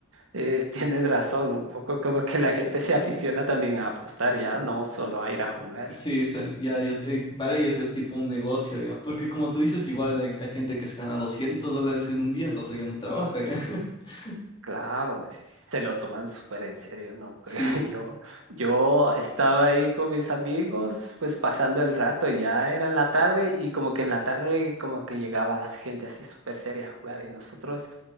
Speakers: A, on the right; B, on the left.
A: eh, <laughs> tienes razón, ¿no? Un poco como que la gente se aficiona también a apostar, ya no solo a ir a jugar.
B: Sí, o sea, ya ellos, eh, para ellos ya es tipo un negocio ya. Porque como tú dices, igual hay, hay gente que se gana 200 dólares en un día, entonces ya no trabaja ya. <laughs>
A: Claro, es- se lo toman súper en serio, ¿no?
B: Sí,
A: <laughs> yo, yo estaba ahí con mis amigos, pues pasando el rato, y ya era en la tarde y como que en la tarde como que llegaba la gente así súper seria a jugar y nosotros